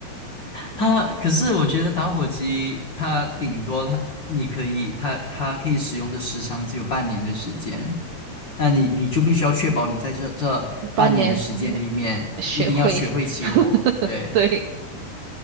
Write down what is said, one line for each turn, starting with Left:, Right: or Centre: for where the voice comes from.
Left: 它可是我觉得打火机它顶多它你可以它它可以使用的时长只有半年的时间。那你你就必须要确保你在这这半年的时间里面，
Right: 半年嗯学会。
Left: 一定要学会起火。
Right: <laughs>
Left: 对，
Right: 对，